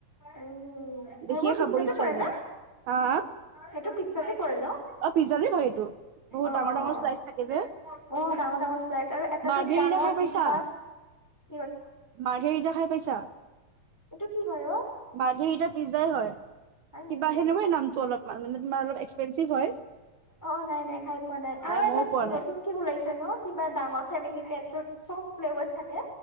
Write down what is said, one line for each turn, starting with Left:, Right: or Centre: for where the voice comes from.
Centre: উম। সেইবোৰ
Right: দেখিয়ে খাব
Centre: পিজ্জাতে
Right: ইচ্ছা
Centre: পৰেনে,
Right: যায় হা হা
Centre: সেইটো পিজ্জাতে পৰে ন?
Right: অ', পিজ্জাৰে হয় এইটো। বহুত
Centre: অ',
Right: ডাঙৰ
Centre: অ',
Right: ডাঙৰ শ্লাইচ থাকে যে
Centre: অ', ডাঙৰ ডাঙৰ শ্লাইজ আৰু এটাতটো
Right: মাৰ্ঘেৰিটা
Centre: ডাঙৰ
Right: খাই পাইছা
Centre: টিকপাত <unintelligible>
Right: মাৰ্ঘেৰিটা খাই পাইছা?
Centre: এইটো কি হয় অ'?
Right: মাৰ্ঘেৰিটা পিজ্জাই হয়
Centre: হয়
Right: কিবা
Centre: নেকি?
Right: সেনেকুৱাই নামটো অলপ মান, তোমাৰ অলপ এক্সপেঞ্চিভ হয়।
Centre: অ', নাই নাই খাই পোৱা নাই আৰু এটা
Right: মইও পোৱা
Centre: নতুন
Right: নাই
Centre: কে ওলাইছে ন কিবা ডাঙৰ ফেমিলি পেক। য'ত চ'ব ফ্লেভাৰচ থাকে।